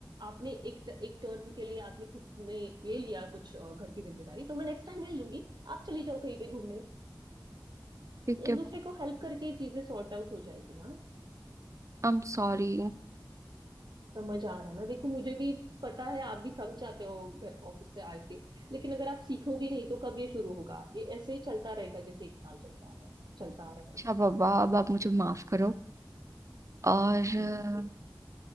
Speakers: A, on the right; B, on the right.
A: आपने एक ट- एक टर्न के लिए आपने खुद ने ले लिया कुछ अ, घर की जिम्मेदारी तो मैं नेक्स्ट टाइम ले लूंगी आप चली जाओ कहीं पे घूमने
B: ठीक
A: एक
B: है
A: दूसरे को हेल्प करके चीजें सॉर्ट आउट हो जाएगी ना
B: I am sorry
A: समझ आ रहा है ना देखो मुझे भी पता है आप भी थक जाते हो घर ऑफिस से आके लेकिन अगर आप सीखोगे नहीं तो कब ये शुरू होगा ये ऐसे ही चलता रहेगा जैसे एक साल चलता आ रहा है चलता आ रहा
B: अच्छा
A: है
B: बाबा अब आप मुझे माफ करो और अ,
A: हम्म।